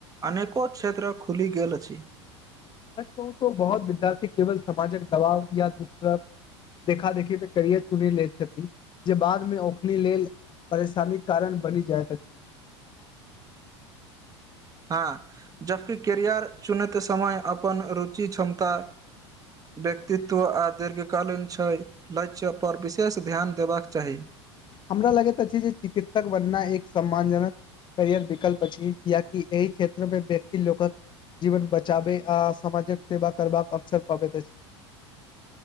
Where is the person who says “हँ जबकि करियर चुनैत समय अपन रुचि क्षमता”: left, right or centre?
Right